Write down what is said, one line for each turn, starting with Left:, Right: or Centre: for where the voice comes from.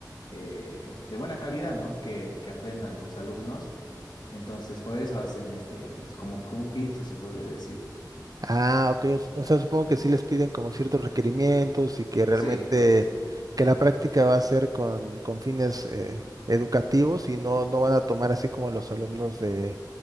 Left: eh, de buena calidad, ¿no? Que, que aprendan los alumnos. Entonces, por eso hacen este, es como que un filtro, se podría decir.
Right: Ah, ok. O, s- o sea, supongo que sí les piden como ciertos requerimientos y que realmente
Left: Sí,
Right: que la práctica va a ser con, con fines eh, educativos y no, no van a tomar así como los alumnos de,